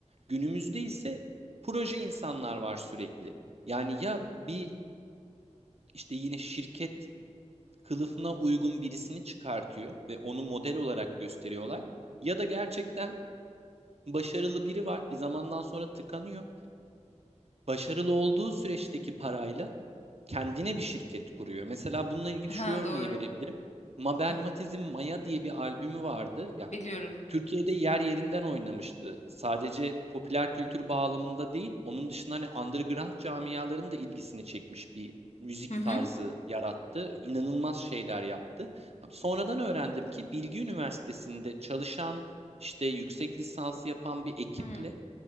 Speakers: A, on the right; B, on the left.
A: Günümüzde ise proje insanlar var sürekli. Yani ya bir işte yine şirket kılıfına uygun birisini çıkartıyor ve onu model olarak gösteriyorlar. Ya da gerçekten başarılı biri var, bir zamandan sonra tıkanıyor. Başarılı olduğu süreçteki parayla kendine bir şirket kuruyor. Mesela bununla ilgili
B: Ha
A: şu örneği
B: doğru.
A: verebilirim. Mabel
B: Hı,
A: Matiz'in Maya diye bir albümü vardı. Ya
B: biliyorum.
A: Türkiye'de yer yerinden oynamıştı. Sadece popüler kültür bağlamında değil, onun dışında hani underground camiaların da ilgisini çekmiş bir müzik
B: Hı hı.
A: tarzı yarattı. İnanılmaz şeyler yaptı. Abi Sonradan öğrendim ki Bilgi Üniversitesi'nde çalışan işte yüksek lisansı yapan bir ekiple
B: Hı,